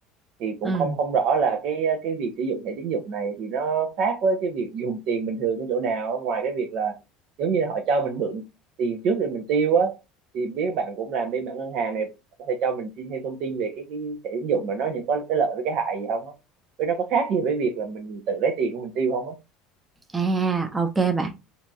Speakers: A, on the right; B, on the right.
A: thì cũng
B: Ừ.
A: không không rõ là cái cái việc sử dụng thẻ tín dụng này thì nó khác với cái việc dùng tiền bình thường ở chỗ nào ngoài cái việc là giống như họ cho mình mượn tiền trước rồi mình tiêu á thì biết bạn cũng làm bên mảng ngân hàng này có thể cho mình xin thêm thông tin về cái cái thẻ tín dụng mà nó những có cái lợi với cái hại gì không á với nó có khác gì với việc là mình tự lấy tiền của mình tiêu không á
B: À, ok bạn.